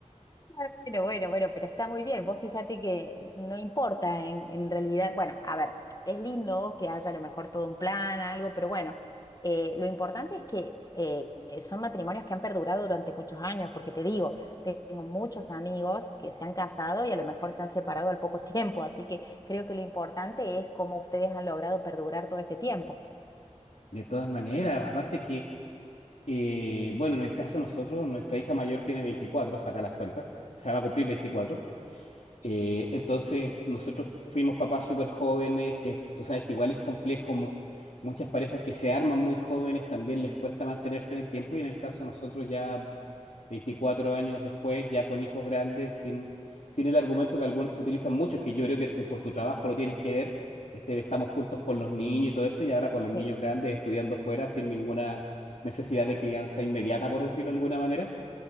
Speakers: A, on the left; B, on the left.
A: Bueno, bueno, bueno, pero está muy bien. Vos fíjate que no importa en, en realidad. Bueno, a ver, es lindo que haya a lo mejor todo un plan, algo, pero bueno, eh, lo importante es que eh, eh, son matrimonios que han perdurado durante muchos años, porque te digo, tengo muchos amigos que se han casado y a lo mejor se han separado al poco <laughs> tiempo, así que creo que lo importante es cómo ustedes han logrado perdurar todo este tiempo.
B: De todas maneras, aparte que, eh, bueno, en el caso de nosotros, nuestra hija mayor tiene 24, saca las cuentas, se va a cumplir 24. Eh, entonces, nosotros fuimos papás súper jóvenes, que tú sabes que igual es complejo, mu- muchas parejas que se arman muy jóvenes también les cuesta mantenerse en el tiempo y en el caso de nosotros ya 24 años después, ya con hijos grandes, sin, sin el argumento que algún, utilizan muchos, que yo creo que tú por tu trabajo lo tienes que ver, este, de estamos juntos por los niños y todo eso, y ahora con los niños
A: Sí,
B: grandes estudiando fuera sin ninguna necesidad de crianza inmediata, por decirlo de alguna manera.